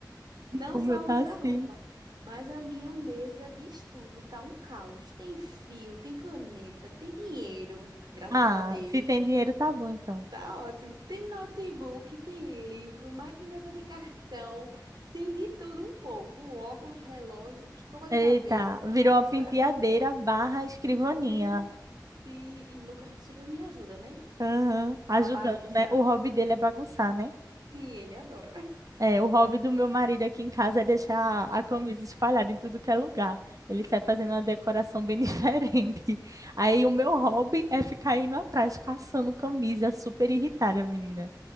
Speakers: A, on the right; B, on the right.
A: Então,
B: Não
A: o
B: só
A: meu tá
B: o guarda-roupa,
A: assim.
B: mas a minha mesa de estudo tá um caos. Tem fio, tem caneta, tem dinheiro, graças
A: Ah,
B: a Deus.
A: se tem dinheiro, tá bom, então.
B: Tá ótimo. Tem notebook, tem livro, maquineta de cartão, tem de tudo um pouco. Óculos, relógio, escova de
A: Eita,
B: cabelo.
A: virou
B: Nossa,
A: uma penteadeira barra escrivaninha.
B: muita. Sim, e Lucas super me ajuda, né?
A: Aham, Ajudando,
B: A bagunça.
A: né? O hobby dele é bagunçar, né?
B: Sim, ele adora. <laughs>
A: É, o hobby do meu marido aqui em casa é deixar a camisa espalhada em tudo que é lugar. Ele sai fazendo uma decoração bem <laughs> diferente. Aí o meu hobby é ficar indo atrás, caçando camisa, super irritada, menina.